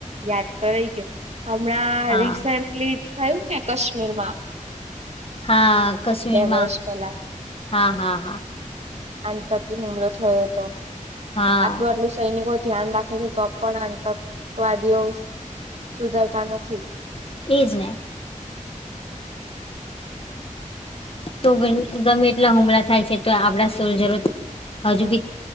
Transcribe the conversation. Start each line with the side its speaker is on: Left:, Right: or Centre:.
Right: યાદ તો રહી ગય હમણાં
Left: હા
Right: રિસેન્ટલી થયું ને કાશ્મીરમાં.
Left: હા કશ્મીરમાં
Right: બે વર્ષ પહેલા
Left: હા હા હા.
Right: આતંકી હુમલો થયો હતો
Left: હા
Right: આટલું આટલું સૈનિકો ધ્યાન રાખે છે તો પણ આતકવાદીઓ સુધરતા નથી.
Left: એજને. તો <unintelligible> ગમે એટલા હુમલા થાય છે તો આપડા સોલ્જરો હજુ બી